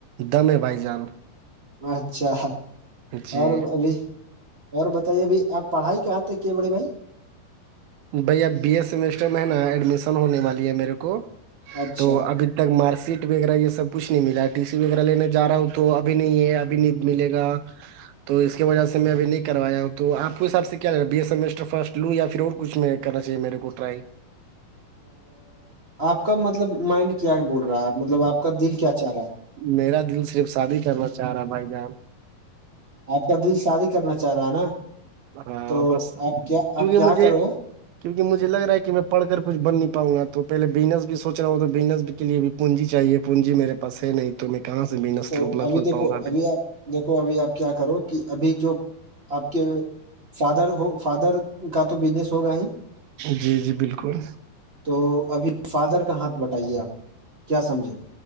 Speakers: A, on the right; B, on the right.
A: دم ہے بھائی جان
B: اچھا
A: جی
B: اور ابھی اور بتائیے ابھی آپ پڑھائی کہاں تھا کیا بڑے بھائی
A: بھیا اب بی اے سمیسٹر میں ہے نا ایڈمیشن ہونے والی ہے میرے کو
B: اچھا
A: تو ابھی تک مارک شیٹ وغیرہ یہ سب کچھ نہیں ملا ٹی سی وغیرہ لینے جا رہا ہوں تو ابھی نہیں ہے ابھی نہیں ملے گا تو اس کی وجہ سے میں ابھی نہیں کروایا ہوں تو آپ کے حساب سے کیا رہا بیے سمیسٹر فرسٹ لو یا پھر اور کچھ میں کرنا چاہیے میرے کو ٹرائی
B: آپ کا مطلب مائنڈ کیا بول رہا ہے مطلب آپ کا دل کیا چاہ رہا ہے
A: میرا دل صرف شادی کرنا چاہ رہا بھائی جان
B: آپ کا دل شادی کرنا چاہ رہا ہے نا
A: ہاں
B: تو
A: بس
B: آپ کیا
A: کیوںکہ
B: آپ کیا
A: مجھے
B: کرو
A: کیونکہ مجھے لگ رہا ہے میں پڑ کر کچھ ب نہیں پؤں گا توہے بزنس سوچ رہا ہوں تو بزنس بھی کے لیے بھی پونجی چاہیے پونجی میرے پاس ہے نہیں تو میں کہاں سےنا
B: تو ابھی
A: کھول
B: دیکھو
A: پاؤںا ابھی
B: آپ دیکھو ابھی آپ کیا کرو کہ ابھی جو آپ کے فادر ہو فادر کا تو بزنس ہوگا ہی
A: جی جی بالکل
B: تو ابھی فادر کا ہاتھ بٹائیے آپ کیا سمجھیں